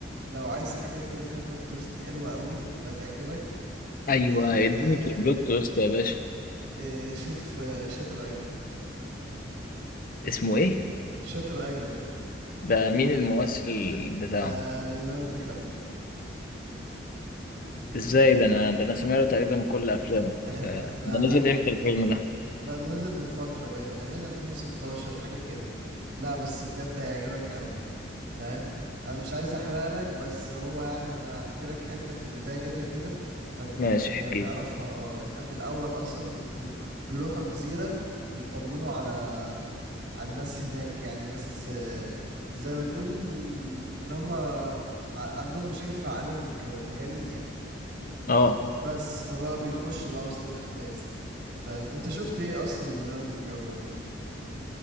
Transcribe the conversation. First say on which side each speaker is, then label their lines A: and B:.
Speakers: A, on the right; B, on the left.
A: لو عايز حاجة كده فيها بلوت تويست حلوة قوي وهتعجبك
B: ايوه
A: آه
B: اديني في البلوت تويست يا باشا
A: آه شوف آه شاتر ايلاند
B: اسمه ايه
A: شاتر ايلاند
B: ده مين الممثل بتاعه
A: آه ليوناردو دي كابريو
B: ازاي ده انا ده انا سمعت تقريبا كل افلامه
A: <laughs>
B: آه،
A: لا
B: ده
A: لا
B: نزل امتى الفيلم ده
A: لا ده نزل من فترة باين تقريبا 2016 حاجة كده لا بس بجد هيعجبك قوي فاهم انا مش عايز احرق لك بس هو يعني انا هحكي لك حتة في البداية كده كده هتبقى
B: ماشي
A: يعني
B: احكي
A: هتعرفها
B: لي
A: اه انت في الاول اصلا بيبقوا بيروحوا جزيرة يطمنوا على على الناس هناك يعني الناس آه، زي ما تقول اللي هم عندهم مشاكل في عقلهم وكده مجانين يعني
B: اه
A: بس فبقى بيخش بقى وسط الأحداث فاهم انت شفت ايه اصلا ليوناردو دي كابريو قبل كده